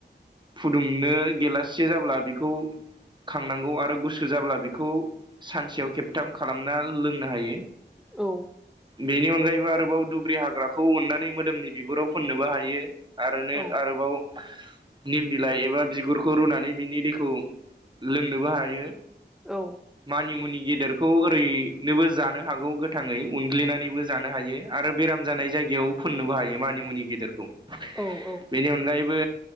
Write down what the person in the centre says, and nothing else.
औ।
औ
औ।
औ।